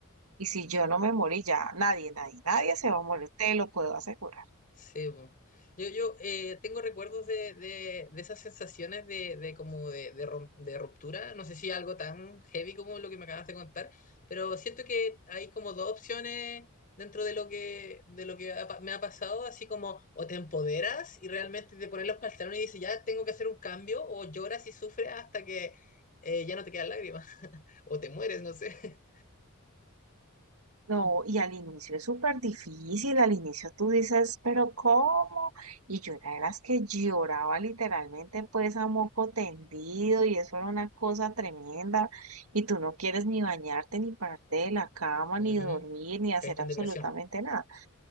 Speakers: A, on the right; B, on the left.
A: Y si yo no me morí ya, nadie, nadie, nadie se va a morir, te lo puedo asegurar.
B: Sí, po. Yo, yo eh, tengo recuerdos de, de, de esas sensaciones de, de como de, de rom- de ruptura, no sé si algo tan heavy como lo que me acabas de contar, pero siento que hay como dos opciones dentro de lo que, de lo que ha pa- me ha pasado, así como o te empoderas y realmente te pones los pantalones y dices, ya tengo que hacer un cambio, o lloras y sufres hasta que eh, ya no te quedan lágrimas, <laughs> o te mueres, no sé.
A: No, y al inicio es súper difícil, al inicio tú dices, pero ¿cómo? Y yo era de las que lloraba literalmente pues a moco tendido y eso era una cosa tremenda y tú no quieres ni bañarte, ni pararte de la cama,
B: <laughs> Ujú.
A: ni dormir, ni hacer
B: Caíste en
A: absolutamente
B: depresión.
A: nada.